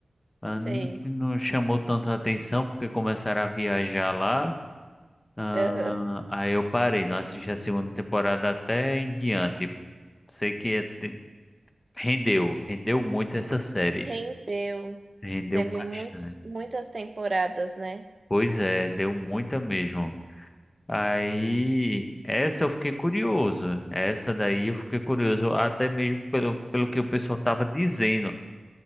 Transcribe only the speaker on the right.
sei.
Aham.
Rendeu,
teve
muitos, muitas temporadas, né?